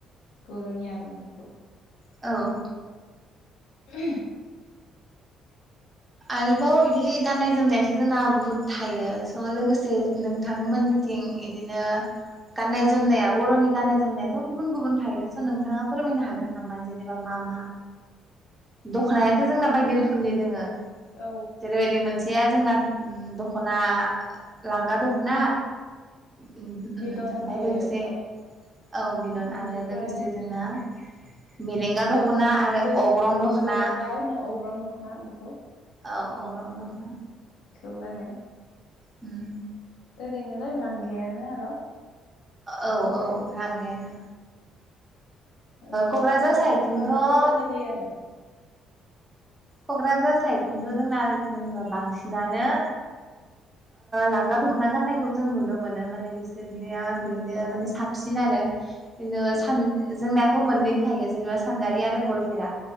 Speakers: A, on the left; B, on the right.
A: बर'नि आर'नाइखौ
B: औ
A: ओ
B: आरोबाव बिदि गाननाय जोमनायासो जोंना बहुद थायो स' लोगोसे
A: औ
B: नों थांमोननिथिं बिदिनो गाननाय जोमनाया बर'नि गाननाय जोमनायाथ' गुबुन गुबुन थायो स' नोंथाङा फोरमायनो हागोन हागोन नामा जेनेबा मा मा
A: <inaudible>
B: दख'नायाथ'
A: गान
B: जोंना बायदि रोखोमनि दोङो
A: औ
B: जेरैबायदि मोनसेया जोंना दख'ना लांगा दखना ओमफफ्राय
A: बिदन थायो
B: लोगोसे
A: द
B: औ बिदन
A: बेनिफ्राय
B: आरो लोगोसे जोंना मेलेंगा
A: ज
B: दख'ना आरो
A: बे
B: अग्रं दख'ना
A: जलंगा होनो अग्रं दखना बेखौ
B: औ अग्रं दखना
A: गान ने
B: उम
A: ओरैनोलाय लांगैआनो आरो
B: औ
A: मेन
B: औ लांगायानो
A: बेनिफ्राय
B: क'क्राझार
A: न'आव
B: साइतथ'
A: थाबा बेखौ गाननाय जायो आरो
B: क'क्राझार साइदथिंथ' जोंना जेनेबा बांसिनानो लांगा दखना गाननायखौ जों नुनो मोनो माने बिसोरनिया बेनो
A: औ
B: माने साबसिन आरो बिदिनो
A: औ
B: सान जोंनाथ' मोननै थायो जेनेबा सानजारि आरो गलफेरा